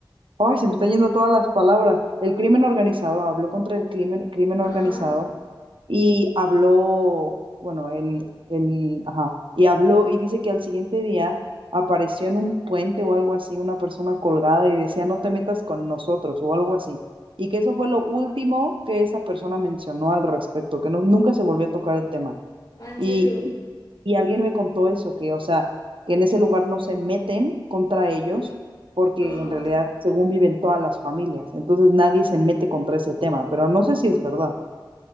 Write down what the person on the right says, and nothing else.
Ay, se me están yendo todas las palabras. El crimen organizado, habló contra el crimen, crimen
organizado y habló, bueno, él, él, ajá, y habló y dice que al siguiente día apareció en un puente o algo así una persona colgada y decía, no te metas con nosotros o algo así. Y que eso fue lo último que esa persona mencionó al respecto, que no, nunca se volvió a tocar el tema.
Y,
y alguien me contó eso, que, o sea, que en ese lugar no se meten contra ellos porque
en realidad, según viven todas las familias, entonces nadie se mete contra ese tema, pero no sé si es verdad.